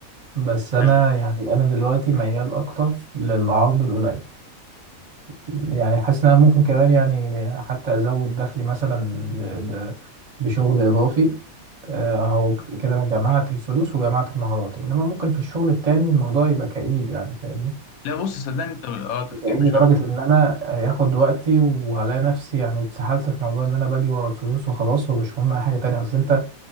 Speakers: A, on the right; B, on the left.
A: بس انا
B: حلو.
A: يعني انا دلوقتي ميال اكتر للعرض القليل يعني حاسس ان انا ممكن كمان يعني حتى ازود دخلي مثلا ب... ب... بشغل اضافي آه، اهو كده انا جمعت الفلوس وجمعت المهارات انما ممكن في الشغل التاني الموضوع يبقى كئيب يعني فاهمني
B: لا بص صدقني انت اه تفكير
A: بيتعبني
B: مش
A: لدرجة
B: وحش
A: إن أنا هياخد وقتي وهلاقي نفسي يعني اتسحلت في موضوع إن أنا باجي ورا الفلوس وخلاص ومش مهم أي حاجة تانية أصل أنت